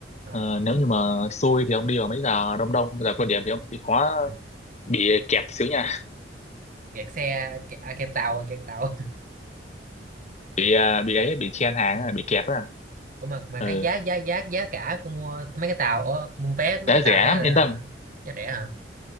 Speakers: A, on the right (about 45°); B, on the left (about 40°).
A: à
B: Ờ, nếu như mà xui thì ông đi vào mấy giờ đông đông giờ cao điểm thì ông chịu khó
A: ừ.
B: bị kẹp xíu nha
A: kẹt xe kẹt, à, kẹt tàu kẹt tàu
B: bị à,
A: <laughs>
B: bị ấy bị chen hàng
A: ừ.
B: à, bị kẹp à
A: Ủa mà mà
B: ừ
A: cái giá giá giá giá cả cô mua mấy cái tàu ủa, mua vé mấy
B: đã
A: cái tàu
B: rẻ
A: đấy
B: lắm
A: là
B: yên tâm
A: giá rẻ hả?